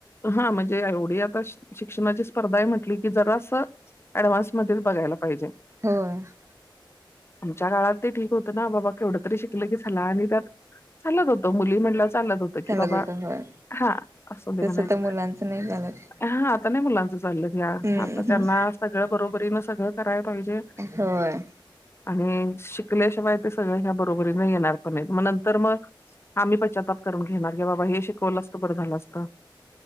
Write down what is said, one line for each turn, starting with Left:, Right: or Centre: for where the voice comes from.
Left: हा! म्हणजे एवढी आता शिक्षणाची स्पर्धा म्हटली की, जरा असं ऍडव्हान्स मध्ये बघायला पाहिजे
Right: हो! !
Left: आमच्या काळात ते ठीक होतं ना? बाबा! केवढं तरी शिकलं की झाला आणि त्या चालत होत मुली म्हणलं चालत होतं.
Right: चालत
Left: की बाबा
Right: होत होय
Left: हा! असं ते
Right: तसं
Left: म्हणायचं!
Right: तर मुलांचं नाही
Left: !
Right: चालत
Left: हा आता नाही मुलांचं चाललं घ्या
Right: हम्म
Left: आता त्यांना
Right: हम्
Left: सगळं बरोबरीन सगळं करायला पाहिजे
Right: हो य!
Left: आणि शिकल्याशिवाय ते सगळ ह्या बरोबरी नाही येणार पण मग नंतर मग आम्ही प्चातप करूनेणार का बाबा हे शिकवल बर झालं असत!